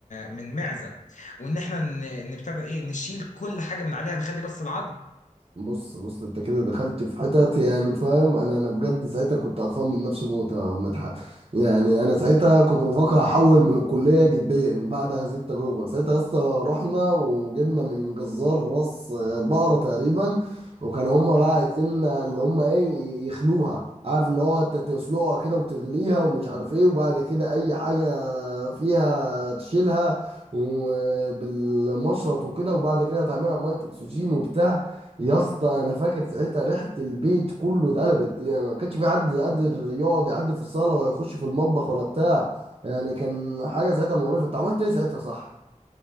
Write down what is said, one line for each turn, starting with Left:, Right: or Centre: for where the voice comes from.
Left: من معزة وان احنا ن- نبتدي ايه نشيل كل حاجة من عليها نخلي بس العظم
Right: بص بص انت كده دخلت في حتت يعني فاهم انا انا بجد ساعتها كنت قرفان من نفسي موت يا مدحت يعني انا ساعتها كنت بفكر احول من الكليه جديا بعد هذه التجربه ساعتها اصلا رحنا وجبنا من جزار راس بقره تقريبا وكانوا هم
Left: مم.
Right: بقى عايزين اللي هم ايه يخلوها عارف اللي هو انت تسلقها كده وتغليها ومش عارف ايه وبعد كده اي حاجه فيها تشيلها وبالمشرط وكده وبعد كده تعملها ميه اكسجين وبتاع يا اسطى انا فاكر ساعتها ريحه البيت كله اتقلبت يعني ما كانش في حد قادر يقعد يعدي في الصاله ولا يخش في المطبخ ولا بتاع يعني كان حاجه ساعتها مقرفه انت عملت ايه ساعتها صح؟